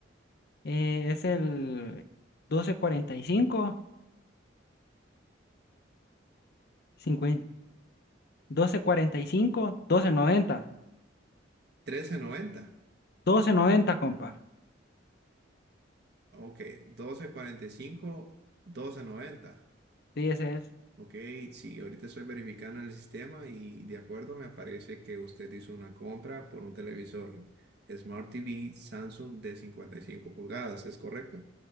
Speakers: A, on the left (about 55°); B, on the right (about 60°).
A: Eh, es el doce doce cuarenta cuarenta y cinco cincuenta doce cuarenta y cinco doce noventa
B: 1245. 1390.
A: doce noventa compa.
B: Ok, doce cuarenta y cinco, doce noventa
A: Sí, ese es.
B: Ok, sí, ahorita estoy verificando en el sistema y de acuerdo me aparece que usted hizo una compra por un televisor Smart TV Samsung de 55 pulgadas, ¿es correcto?